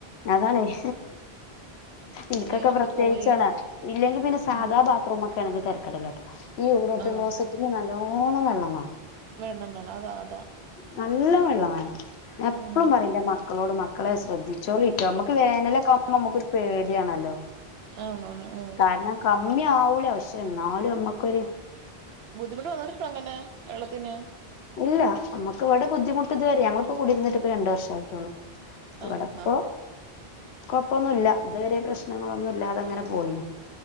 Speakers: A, on the left (about 80°); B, on the right (about 75°).
A: അതാണെയ് ഇൻക്കൊക്കെ
B: അല്ലെങ്കി നമ്മള്
A: പ്രത്യേകിച്ചാണ്
B: കോരി
A: ഇല്ലെങ്കി പിന്നെ സാധാ
B: ഉം
A: ബാ ത്രൂമൊക്കെ ആണെങ്കി തെരക്കടില്ലട്ടോ ഈ യൂറോപ്യൻ
B: ആഹ്
A: ക്ലോസറ്റിന് നല്ലോണം വെള്ളം വേണം
B: വേണം വേണം അതാ അത്
A: നല്ലം വെള്ളം വേണം ഞാ എപ്പളും
B: ഉം
A: പറയും ഇന്റെ മക്കളോട് മക്കളെ ശ്രദ്ധി ച്ചോളിട്ടോ അമ്മക്ക് വേനലൊക്കെ ആവുമ്പൊ അമ്മ്ക്കൊരു പേടിയാണല്ലോ
B: ആണ് ആണ് ആഹ്
A: കാരണം കമ്മി ആവൂല പക്ഷെ ഇന്നാലു ഞമ്മക്കൊര്
B: ബുദ്ധിമുട്ട് <unintelligible> അങ്ങനെ വെള്ളത്തിന്
A: ഇല്ല നമ്മക്ക് ഇവ്ടെ ബുദ്ധിമുട്ട് ഇത് വരെ ഞങ്ങളിപ്പൊ കുടിരുന്നിട്ട് ഇപ്പ രണ്ട് വർഷായിട്ടൊള്ളു ഇവിടെപ്പൊ
B: ആഹ് ആഹ്
A: കൊഴപ്പൊന്നുല്ല ഇതുവരെ പ്രശ്നങ്ങളൊന്നും ഇല്ലാതെ അങ്ങനെ പോയീന്നു